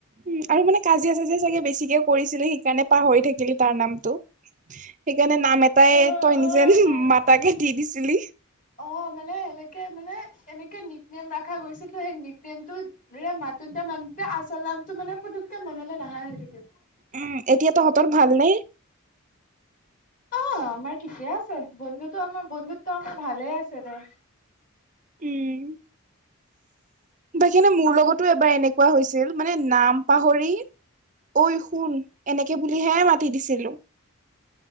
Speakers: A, on the right; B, on the left.
A: উম, আৰু মানে কাজিয়া-চাজিয়া চাগে বেছিকে কৰিছিলে সেইকাৰণে পাহৰি থাকিলি তাৰ নামটো। সেইকাৰণে নাম এটাই
B: অ
A: তই,
B: অ
A: নিজে
B: নাই
A: মাতাকে দি দিছিলি।
B: অ, মানে এনেকে মানে এনেকে নীক নেম ৰখা গৈছিলে, সেই নীক নেমটো ন, মাতোতে, মাতোতে আছল নামটো মানে পুতুককে মনলে নহাই হৈ থাকিল।
A: উম, এতিয়া তহঁতৰ ভালনে?
B: অ, আমাৰ ঠিকে আছে বন্ধুত্ব আমাৰ, বন্ধুত্ব আমাৰ, ভালে আছে দে।
A: উম, বাাকী মানে মোৰ
B: আৰু
A: লগতো এবাৰ এনেকা কোৱা হৈছিল, মানে নাম পাহৰি অই, শুন, এনেকে বুলিহে মাতি দিছিলো।